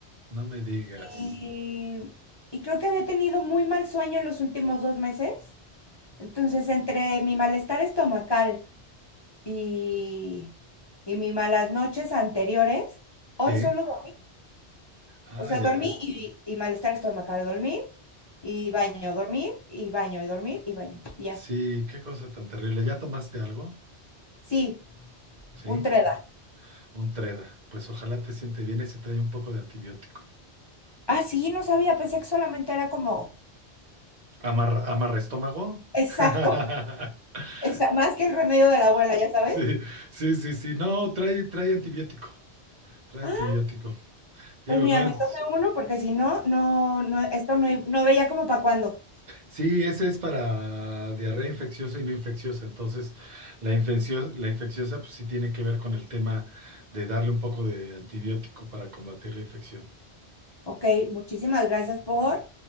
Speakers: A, on the right; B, on the left.
A: No me digas.
B: Y, y creo que había tenido muy mal sueño en los últimos dos meses. Entonces, entre mi malestar estomacal y, y mis malas noches anteriores, hoy
A: Sí,
B: solo dormí
A: ah,
B: O sea,
A: ya.
B: dormí y, y malestar estomacal, dormí y baño, dormí y baño, y dormir y baño, y ya.
A: Sí, qué cosa tan terrible. ¿Ya tomaste algo?
B: Sí,
A: Sí,
B: un treda.
A: un treda. Pues ojalá te siente bien, ese trae un poco de antibiótico.
B: Ah, sí, no sabía, pensé que solamente era como...
A: ¿Amarra, amarra estómago?
B: Exacto,
A: <laughs>
B: esa- más que el remedio de la abuela, ¿ya sabes?
A: Sí, sí, sí, sí. No, trae, trae antibiótico. Trae
B: Ah,
A: antibiótico. Digo,
B: pues mira,
A: no es.
B: me tomé uno porque si no, no, no, esto no, i- no veía como para cuándo.
A: Sí, ese es para diarrea infecciosa y no infecciosa. Entonces, la infecciosa, la infecciosa pues sí tiene que ver con el tema de darle un poco de antibiótico para combatir la infección.
B: Ok, muchísimas gracias por